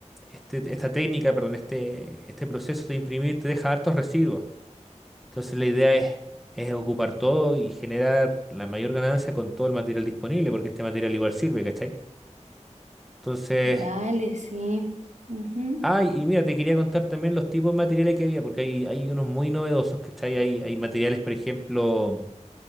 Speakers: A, in the centre; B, on the right (about 75°).
A: este- esta técnica, perdón, este, este proceso de imprimir te deja hartos residuos. Entonces la idea es, es ocupar todo y generar la mayor ganancia con todo el material disponible, porque este material igual sirve, ¿cachai? Entonces,
B: Dale, sí. Ujú.
A: ay, y mira, te quería contar también los tipos de materiales que había, porque hay, hay unos muy novedosos, ¿cachai? Hay, hay materiales, por ejemplo,